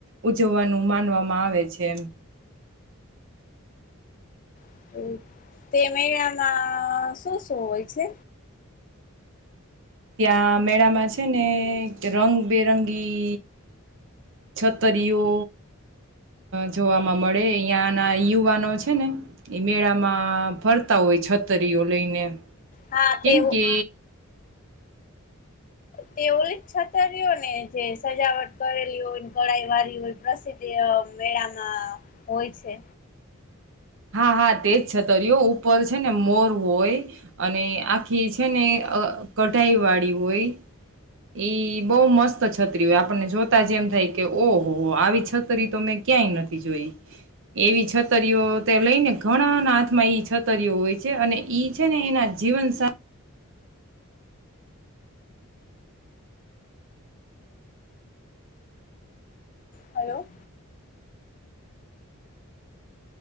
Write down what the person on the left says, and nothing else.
હતું? તે મહિનામાં શું શું હોય છે.
હા
તે
તે ઓલી છતઓ ને જે સજાવટ કરેલી હોય કળાઈ વાળ હોય પ્રસિદ્ધ મેળામાં હોય છે.
હલો.